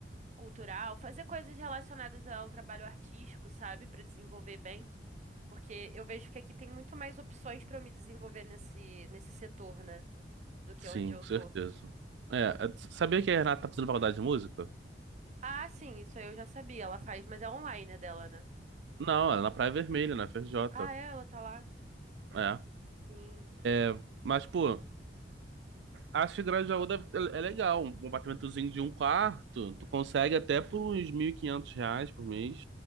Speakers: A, on the right; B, on the right.
A: cultural, fazer coisas relacionadas ao trabalho artístico, sabe? Pra desenvolver bem. Porque eu vejo que aqui tem muito mais opções pra eu me desenvolver nesse, nesse setor, né? Do que
B: Sim,
A: onde eu
B: com certeza.
A: tô.
B: É, eh, sabia que a Renata tá fazendo faculdade de música?
A: Ah, sim, isso aí eu já sabia. Ela faz, mas é online, né, dela, né?
B: Não, ela é na Praia Vermelha, na FRJ.
A: Ah, é? Ela tá lá?
B: É.
A: Sim.
B: É, mas, pô, acho que Grajaú deve- é, é legal. Um apartamentozinho de um quarto, tu consegue até por uns 1.500 reais por mês,